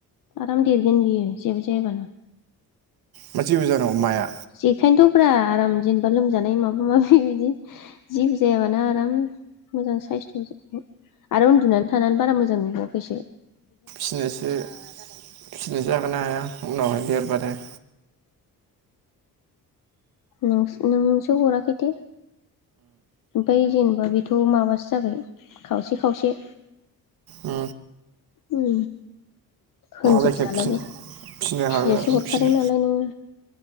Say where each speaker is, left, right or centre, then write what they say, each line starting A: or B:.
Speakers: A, on the left; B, on the right.
A: आराम देरगोन बियो जेबो जायाबानो।
B: मा जेबो जानांगौ माया
A: जेखानथ' फुरा आराम जेनेबा लोमजानाय माबा माबि बिदि जेबो जायामोन आराम मोजां साइस्थ' आरो उन्दुनानै थानानै बारा मोजां नंबाववा बैसो
B: फिनोसो फिनोसो हागोना हाया उनावहाय देरबाथाय।
A: नोंस नोंसो हराखै दे। बैजेन होमा बेथ' माबासो जाबाय खावसे खावसे
B: अ
A: उम खोनजोबजालाबो
B: जायखिया फिनो
A: फिसिनोसो
B: हागोन
A: हरखादों
B: फिनो
A: नालाय नोङो